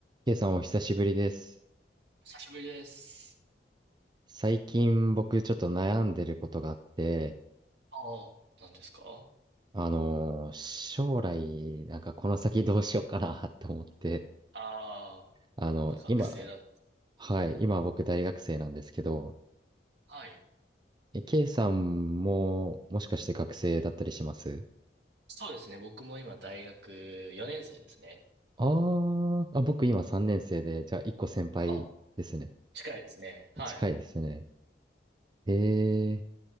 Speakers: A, on the right; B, on the right.
A: K さんお久しぶりです。
B: 久しぶりです。
A: 最近僕ちょっと悩んでることがあって、
B: ああ、何ですか
A: あのー将来、なんかこの先どうしようかな <laughs> って思って、
B: ああ、
A: あの、
B: まあ学生だ。
A: 今、はい、今僕大学生なんですけど、
B: はい。
A: え K さんももしかして学生だったりします
B: そうですね。僕も今大学4年生ですね。
A: あーあ、僕今3年生で、じゃあ1個先輩ですね。
B: あ、近いですね。はい。
A: 近いですね。え